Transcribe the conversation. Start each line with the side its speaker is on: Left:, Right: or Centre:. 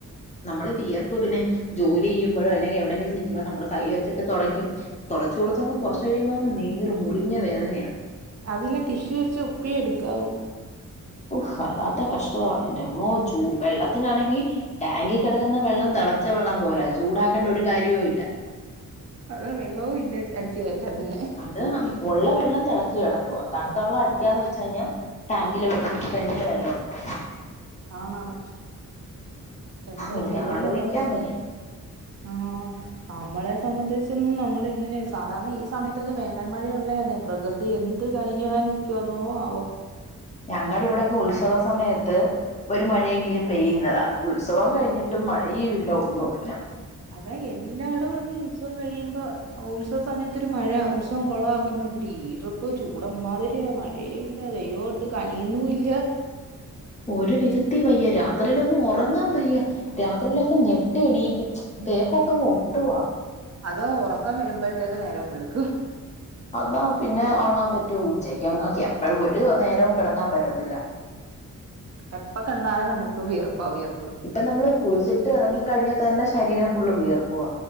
Left: നമ്മള് വിയർപ്പ് പിന്നെ ജോലി ചെയ്യുമ്പഴോ അല്ലെങ്കി എവിടെങ്കിലും നിക്കുമ്പോ നമ്മ കൈ വെച്ച തുടക്കും തുടച്ച് തുടച്ചങ്ങ് കുറച്ച് കഴിയുമ്പോ നീറും മുറിഞ്ഞ വേദനയാ
Right: അതില് ടിഷ്യു വെച്ച് ഉപ്പി എടുക്കാവൂ
Left: ഒ വല്ലാത്ത കഷ്ടവാ എന്റെമ്മോ ചൂ വെള്ളത്തിനാണെങ്കി ടാങ്കി കിടക്കുന്ന വെള്ളം തെള തെളച്ചവെള്ളം പോലെയാ ചൂടാക്കേണ്ട ഒരു കാര്യവും ഇല്ല
Right: അതെ വെള്ളവും ഇല്ല അടിച്ചു കയറ്റാ പിന്നെ
Left: അത് ഉള്ള വെള്ളം തിളച്ചു കിടക്കുവ തണുത്ത വെള്ളം അടിക്കാന്ന് വെച്ച് കഴിഞ്ഞാൽ ടാങ്കില് കെണറില് വെള്ളവും ഇല്ല
Right: ആണാണ് എന്തോ
Left: ഇൻക്ക്
Right: ചെയ്യാനാന്ന്
Left: ആലോയിക്കാൻ
Right: പറ
Left: വയ്യ
Right: ആഹ് നമ്മളെ സംബന്ധിച്ചൊന്നും നമ്മളെ ഇങ്ങനെ സാധാരണ ഈ സമയത്തൊക്കെ വേനൽ മഴ ഉള്ളത് തന്നെ പ്രകൃതി എന്ത് കനഞ്ഞാൻ നിക്കാന്നോ ആവോ
Left: ഞങ്ങളുടെ ഇവിടെ ഒക്കെ ഉത്സവ സമയത്ത് ഒരു മഴയെങ്കിലും പെയ്യുന്നതാ ഉത്സവം കഴിഞ്ഞിട്ട് ട്ടും മഴയും ഇല്ല ഒന്നു ഇല്ല
Right: അതാ എല്ലാ ഇടവും ഉള്ള ഉത്സവം കഴിയുമ്പോ ഉത്സവ സമയത്തൊരു മഴ ഉത്സവം കുളവാക്കാൻ വേണ്ടിയിട്ട് ഇപ്പോ ചൂട എമ്മാതിരിയാ മഴയും ഇല്ല ദൈവോ ഒട്ട് കനിയുന്നും ഇല്ല
Left: ഒരു വിധത്തി വയ്യ രാത്രിയിലൊന്നും ഉറങ്ങാൻ വയ്യ രാത്രിയിലൊക്കെ ഞെട്ടി എണീക്കും ദേഹമൊക്കെ അങ്ങ് ഒട്ടുവാ
Right: അതോ ഉറക്കം വരുമ്പോഴത്തേക്ക് നേരവും വെളുക്കും
Left: അതാ പിന്നെ ഉറങ്ങാൻ പറ്റുമോ ഉച്ചക്കങ്ങ് എപ്പോഴും ഒരു നേരവും കിടക്കാൻ പറ്റത്തില്ല
Right: എപ്പൊ കിടന്നാലും നമുക്ക് വിയർപ്പാ വയർ
Left: ഇപ്പൊ നമ്മള് കുളിച്ചിട്ട് ഇറങ്ങി കഴിഞ്ഞാൽ തന്നെ ശരീരം ഫുള്ള് വിയർക്കുക